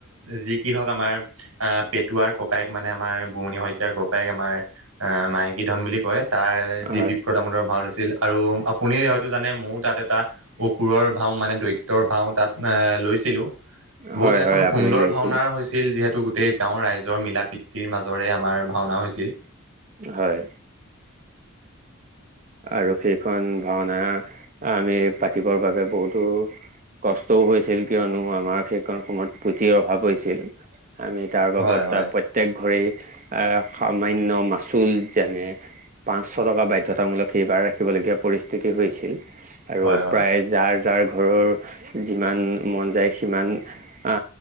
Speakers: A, on the right; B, on the right.
A: যি কি হওক আমাৰ আ পেটুৱাৰ ককায়েক মানে আমাৰ বোৱণি শইকীয়াৰ ক কায়েক আমাৰ আহ মাইকী ধন বুলি কয় তাৰ যি
B: হয়
A: বিপ্ৰদ দামোদৰ ভা ও লৈছিল আৰু আপুনি হয়তো জানে মৌ তাত এটা অসুৰৰ ভাও মানে দৈত তৰ ভাও তাত লৈছিলো বহুত
B: হয়
A: এখন
B: হয়
A: সুন্দৰ
B: আপুনি লৈছিল
A: ভাওনা হৈছিল যিহে টো গোটেই গাঁওৰ ৰাইজৰ মিলা প্ৰীতিৰ মাজৰে আমাৰ ভাওনা হৈছিল
B: হয়
A: <inaudible>
B: আৰু সেইখন ভাওনা আমি পাতিবৰ বাবে বহুতো কষ্টও হৈছিল কিয়নো আমাৰ সে কাৰণ সময়ত পুঁজিৰ অভাৱ হৈছিল আমি তাৰ বাবদ
A: হয় হয়
B: তাৰ প্ৰত্যেক ঘৰেই এ সামান্য মাচুল যেনে পাঁচশ টকা বাধ্যতামূলক সেই বাৰ ৰাখিবলগীয়া পৰিস্থিতি হৈছিল আৰু
A: হয় হয়
B: প্ৰায় যাৰ যাৰ ঘৰৰ যিমান মন যায় সিমান আ